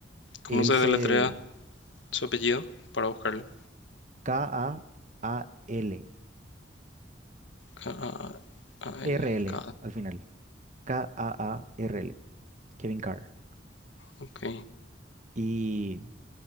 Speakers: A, on the left (about 85°); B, on the right (about 40°).
A: ¿Cómo
B: Él
A: se
B: se...
A: deletrea su apellido? Para buscarle.
B: K-A-A-L.
A: K-A-A-L-K.
B: R-L al final. K-A-A-R-L. Kevin Carr.
A: Ok.
B: Y